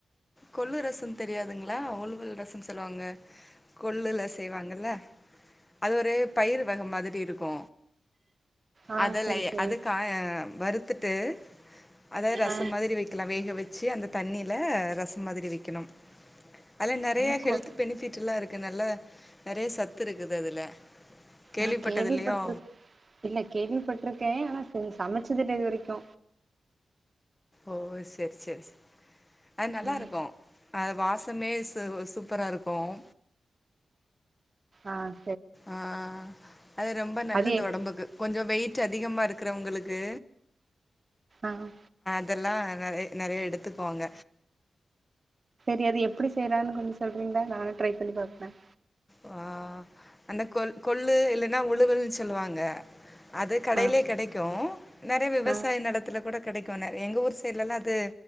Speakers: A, on the left; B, on the right.
A: கொள்ளு ரசம் தெரியாதுங்ளா உலுவல் ரசம் சொல்லுவாங்க கொள்ளுல செய்வாங்கல்ல அது ஒரே பயிர் வக மாதிரி இருக்கு
B: ஆ
A: அதல்லே
B: செரி செரி
A: அதுக்க வருது பத்துட்டு அதாவது ரசம்
B: ஆ
A: மாதிரி வெக்கலா வேக வெச்சு அந்த தண்ணில ரச மாதிரி வெக்கணும் அதில் நிறய
B: நா
A: கெல்த்
B: கொ
A: பெனிஃபிட் இருக்கு அதுக்கு நல்ல நெறய சத்து இருக்குது அதுல கேள்விப்பட்டதில்லையோ
B: ஆ கேள்விப்பட்டிரு இல்ல கேள்விப்பட்ருக்கே ஆனா சரி சமச்சதுல்ல இது வரைக்கு
A: ஓ சேரி சேரி அது நல்லா
B: ம்
A: இருக்கு அது வாசமே ச சூப்பரா இருக்கும்
B: ஆஹ்
A: ஆஹ் அது ரொம்ப நல்லது
B: அது எப்
A: உடம்புக்கு கொஞ்சம் வெயிட் அதிகமா இருக்கிற உங்களுக்கு
B: ஆஹ்
A: இதெல்லாம் நெறைய நெறைய எடுத்துக்குவாங்க
B: சரி அது எப்படி செய்யறான்னு கொஞ்சம் சொல்றீங்களா நானும் ட்ரை பண்ணி பாப்பேன்
A: வா அந்த கொ கொள்ளு இல்லைன்னா உழுவல்ன்னு சொல்லுவாங்க அது கடையிலயே
B: ஆ
A: கிடைக்கும் நெறைய விவசாய
B: ஆ
A: நிலத்துல கூட கிடைக்கும் எங்க ஊர் சைட்லல்லாம் அது